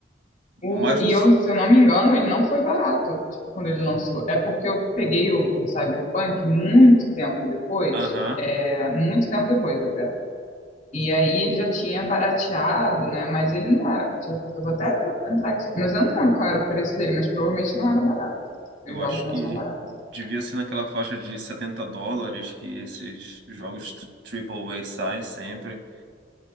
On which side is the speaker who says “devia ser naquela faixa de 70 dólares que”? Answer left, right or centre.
Right